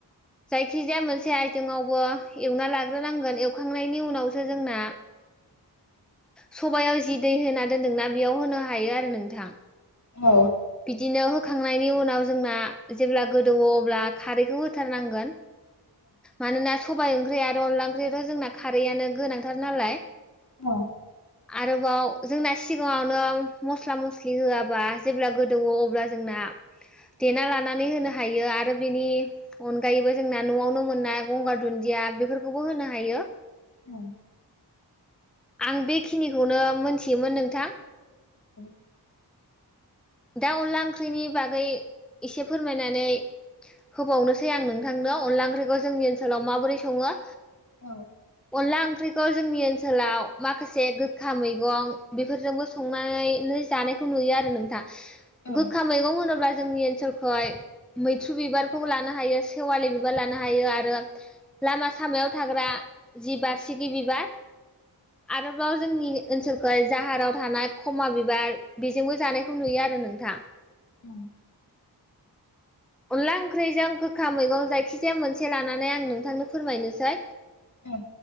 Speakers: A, in the centre; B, on the left.
A: जायखिजाया मोनसे आइथिंआवबो एवना लाग्रोनांगोन एवखांनायनि उनावसो जोंना
B: <inaudible>
A: सबायाव जि दै होना दोनदोंना बेयाव होनो हायो आरो नोंथां।
B: ह
A: बिदिनो होखांनायनि उनाव जोंना जेब्ला गोदौवो अब्ला खारैखौ होथारनांगोन। मानोना सबाय ओंख्रि आरो अनला ओंख्रियाथ' जोंना खारैआनो गोनांथार नालाय।
B: औ।
A: आरोबाव जोंना सिगाङावनो मस्ला मस्लि होआबा जेब्ला गोदौव अब्ला जोंना देना लानानै होनो हायो आरो बेनि अनगायैबो जोंना न'आवनो मोननाय गंगार दुदिया बेफोरखौबो होनो हायो।
B: औ।
A: आं बेखिनिखौनो मोनथियोमोन नोंथां।
B: <inaudible>
A: दा अनला ओंख्रिनि बागै एसे फोरमायनानै होबावनोसै आं नोंथांनो अनला ओंख्रिखौ जोंनि ओनसोलाव माबोरै सङो।
B: औ।
A: अनला ओंख्रिखौ जोंनि ओनसोलाव माखासे गोखा मैगं बेफोरजोंबो संनानै जानायखौ नुयो आरो नोंथां
B: औ
A: गोखा मैगं होनोब्ला जोंनि ओनसोलखौहाय मैथ्रु बिबारखौ लानो हायो सेवालि बिबार लानो हायो आरो लामा सामायाव थाग्रा जि बारसिगि बिबार आरोबाव जोंनि ओनसोलखौहाय जाहाराव थानाय खमा बिबार बेजोंबो जानायखौ नुयो आरो नोंथां।
B: उम।
A: अनला ओंख्रिजों गोखा मैगं जायखिजाया मोनसे लानानै आं नोंथांनो फोरमायनोसै।
B: औ